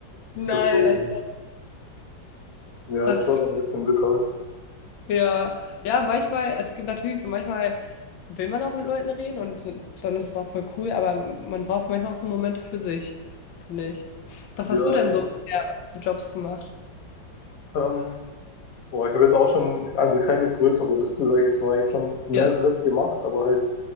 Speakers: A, on the left; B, on the left.
A: nein.
B: Das war dann,
A: als
B: ja,
A: Ach
B: das war
A: du,
B: dann ein bisschen bitter.
A: ja. Ja, manchmal, es gibt natürlich so, manchmal will man auch mit Leuten reden und dann ist es auch voll cool, aber man braucht manchmal auch so Momente für sich, finde ich. Was
B: Ja,
A: hast du denn
B: eben.
A: so bisher für Jobs gemacht?
B: Ähm, boah, ich habe jetzt auch schon, also keine größere Liste, sage ich jetzt mal. Ich habe schon mehreres
A: Ja.
B: gemacht, aber halt